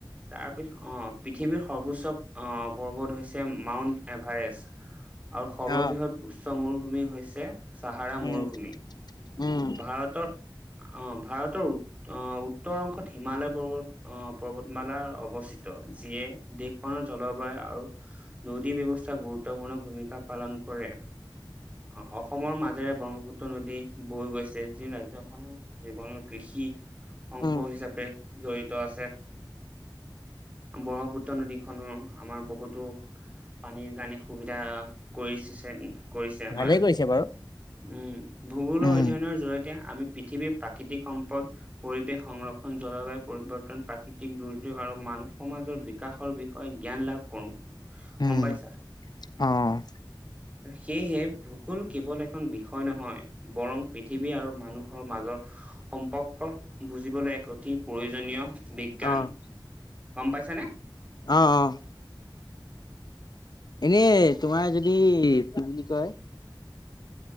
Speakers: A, on the right; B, on the left.
A: তাৰ পিছত অ পৃথিৱীৰ সৰ্বোচ্চ আহ' পৰ্বত হৈছে মাউণ্ট এব্ ভাৰেছ আৰু সৰ্ববৃহৎ
B: অ
A: উচ্চ মৰুভূমি হৈছে চাহাৰা
B: উম
A: মৰুভূমি <unintelligible>
B: উম
A: ভাৰতৰ, অ' ভাৰতৰ উ আহ উত্তৰ অংশত হিমালয় পৰ্বত আহ পৰ্বতমালাৰ অৱস্থিত। যিয়ে দেশখনৰ জলবায়ু আৰু নদী ব্যৱস্থা গুৰুত্বপূৰ্ণ ভূমিকা পালন কৰে আহ অসমৰ মাজেৰে ব্ৰহ্মপুত্ৰ নদী বৈ গৈছে যি ৰাজ্যখনৰ জীৱনৰ কৃষি অংশ
B: উম
A: হিচাপে জড়িত। আছে ব্ৰহ্মপুত্ৰ নদীখনৰ আমাৰ বহুতো পানীৰ কাৰণে সুবিধা কৰিছে। কৰিছে আমাৰ
B: ভালেই কৰিছে বাৰু
A: উম ভূগোলৰ।
B: উম
A: অধ্যয়নৰ জৰিয়তে আমি পৃথিৱীৰ প্ৰাকৃতিক সম্পদ পৰিৱেশ সংৰক্ষণ জলবায়ু পৰিৱৰ্তন প্ৰাকৃতিক দুৰ্যোগ আৰু মানুহ সমাজৰ বিকাশৰ বিষয়ে জ্ঞান লাভ কৰো
B: উম,
A: গম পাইছা।
B: অ'
A: সেয়েহে ভূগোল কেৱল এখন বিষয় নহয় বৰং পৃথিৱী আৰু মানুহৰ মাজৰ সম্পৰ্ক বুজিবলৈ এক অতি প্ৰয়োজনীয়। বিজ্ঞান
B: অ',
A: গম পাইছানে।
B: অ', অ'। এনে তোমাৰ যদি কি বুলি কয়